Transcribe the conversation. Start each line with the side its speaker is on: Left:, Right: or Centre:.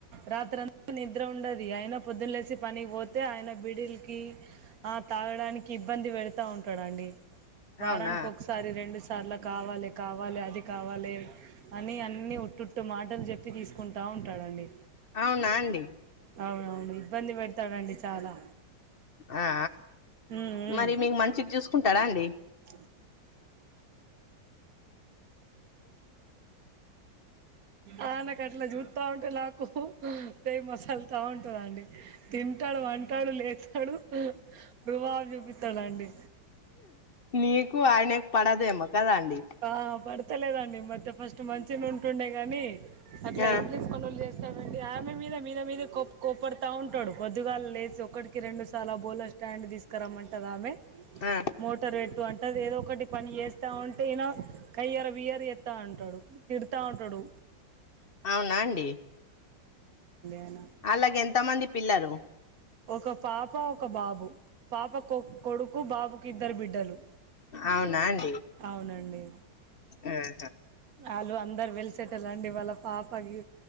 Right: రాత్రంత నిద్ర ఉండదు అయిన పొద్దున్లేసి పనిక్ బోతే ఆయన బిడీల్కీ ఆ తాగడానికి ఇబ్బంది వెడుతా ఉంటడండీ వారాన్కొక్సా
Left: అవునా
Right: సారి రెండుసార్ల కావాలె కావాలె అది కావాలే అని అన్నీ ఉట్టు ట్టు మాటల్ జెప్పి దీస్కుంటా ఉంటాడండి
Left: అవునా అండి
Right: అవునవును ఇబ్బంది వెడుతాడండి చాలా
Left: ఆ
Right: ఉమ్ ఉమ్
Left: మరి మీక్ మంచిగ్ జూస్కుంటడా అండి
Right: <unintelligible> ఆ నాకట్ల జూత్తా ఉంటె నాకూ పెయ్ మసల్ తా వుంటదండి తింటడు వంటడు లేత్తడు రువాబ్ జూపిత్తడండి
Left: నీకూ ఆయనక్ పడదేమో కదా అండి
Right: ఆ పడుతలేదండీ మధ్య ఫస్టు మంచిగనే ఉంటుండే గనీ అట్ల
Left: ఆ
Right: ఎబ్లీస్ పనుల్ జేస్ డండి ఆమె మీద మీద మీద కోప్ కోప్పడుతా ఉంటడు పొద్దుగాల్లేసి ఒక్కటికి రెండు సార్ల బోల్ల స్టాండ్ దీస్కరమ్మంటదామె
Left: ఆ
Right: <unintelligible> అంటది ఏదో ఒకటి పని యేస్తా ఉంటె ఇనో కయ్యర బియ్యర్ యేత్తా ఉంటడు తిడ్తా ఉంటడు
Left: అవ్నా అండీ
Right: ఆయన
Left: ఆళ్లకెంత మంది పిల్లరూ
Right: ఒక పాపా ఒక బాబు పాపకొ కొడుకు బాబుకిద్దరు బిడ్డలు
Left: అవునా అండి
Right: అవునండి
Left: ఆహ
Right: ఆళ్ళు అందరు వెల్సెటలండి వాళ్ళ పాపగీ